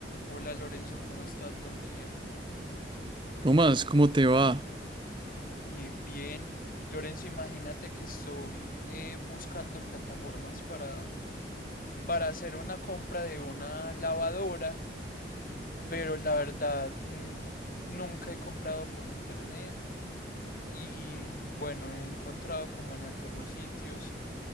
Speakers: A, on the left (about 50°); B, on the right (about 25°).
A: Hola Lorenzo, ¿cómo estás? Buen día.
B: Tomás, ¿cómo te va?
A: Bien, bien. Lorenzo, imagínate que estoy eh, buscando plataformas para, para hacer una compra de una lavadora, pero la verdad mm, nunca he comprado por internet y bueno, he encontrado como en algunos sitios